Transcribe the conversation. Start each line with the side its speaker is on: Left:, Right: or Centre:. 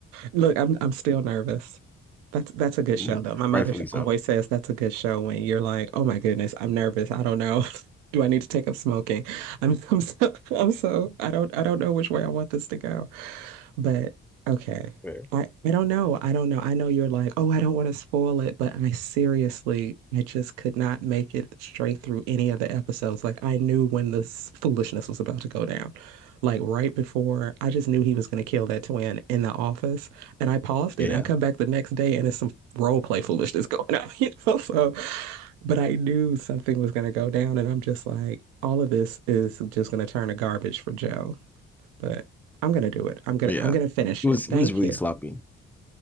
Right: Look, I'm I'm still nervous. That's that's a good
Centre: <laughs>
Right: show though. My mother
Centre: rightfully so.
Right: always says that's a good show when you're like, "Oh my goodness, I'm nervous. I don't know. <laughs> Do I need to take up smoking?" I'm I'm so, I'm so I don't I don't know which way I want this to go. But okay.
Centre: Fair.
Right: I, I don't know. I don't know. I know you're like, oh, I don't want to spoil it, but I seriously, I just could not make it straight through any of the episodes. Like I knew when this foolishness was about to go down. Like right before, I just knew he was going to kill that twin in the office, and I paused
Centre: Yeah,
Right: it. And I come back the next day, and it's some role play foolishness going on, <laughs> you know. So, but I knew something was going to go down, and I'm just like, all of this is just going to turn to garbage for Joe but I'm gonna do it. I'm gonna
Centre: yeah.
Right: I'm gonna finish
Centre: He
Right: it.
Centre: was he
Right: Thank
Centre: was really
Right: you.
Centre: sloppy.